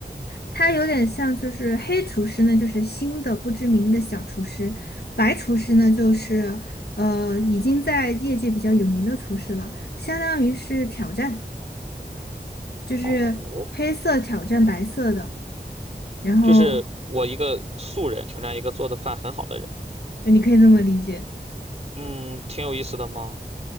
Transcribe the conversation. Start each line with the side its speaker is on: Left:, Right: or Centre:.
Left: 它有点像，就是黑厨师呢，就是新的不知名的小厨师；白厨师呢，就是呃已经在业界比较有名的厨师了，相当于是挑战，就是黑色挑战白色的，
Right: 哦，
Left: 然后
Right: 就是我一个素人挑战一个做的饭很好的人。
Left: 呃你可以这么理解。
Right: 嗯，挺有意思的吗？